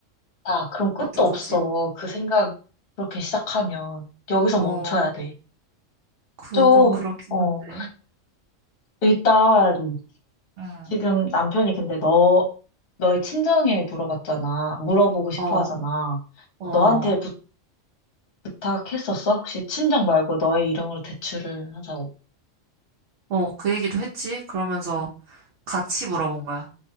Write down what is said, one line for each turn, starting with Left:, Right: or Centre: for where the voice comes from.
Left: 아, 그럼 끝도
Right: 어떡하지?
Left: 없어. 그 생각 그렇게 시작하면 여기서
Right: 어,
Left: 멈춰야 돼.
Right: 그건
Left: 좀,
Right: 그렇긴
Left: 어,
Right: 한데,
Left: 일단
Right: 응,
Left: 지금 남편이 근데 너, 너의 친정에 물어봤잖아. 물어보고 싶어
Right: 어,
Left: 하잖아.
Right: 어,
Left: 너한테 부, 부탁했었어? 혹시 친정 말고 너의 이름으로 대출을 하자고.
Right: 어, 그 얘기도 했지? 그러면서 같이 물어본 거야.